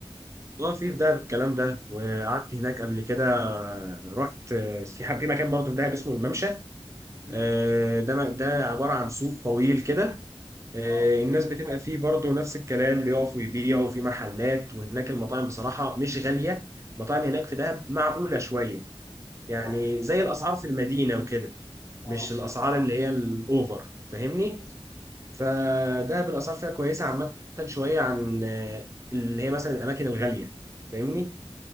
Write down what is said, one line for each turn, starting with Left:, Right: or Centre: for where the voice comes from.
Right: اه في في دهب الكلام ده وقعدت هناك قبل كده رحت في في مكان برضه في دهب اسمه الممشى
Left: امم
Right: آه، ده ده عباره عن سوق طويل كده آه،
Left: اه
Right: الناس بتبقى فيه برضه نفس الكلام بيقفوا يبيعوا في محلات وهناك المطاعم بصراحة مش غالية المطاعم هناك في دهب معقولة شوية يعني
Left: اه
Right: زي الأسعار في المدينة وكده
Left: اه
Right: مش الأسعار اللي هي الأوفر فاهمني فدهب الأسعار فيها كويسة عامة شوية عن آه، اللي هي مثلا الأماكن الغالية فاهمني